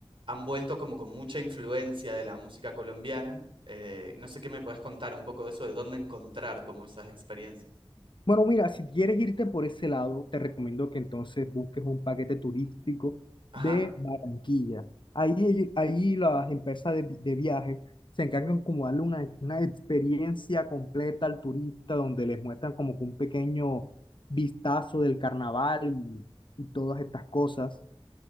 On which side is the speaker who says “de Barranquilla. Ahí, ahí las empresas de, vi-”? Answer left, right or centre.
Left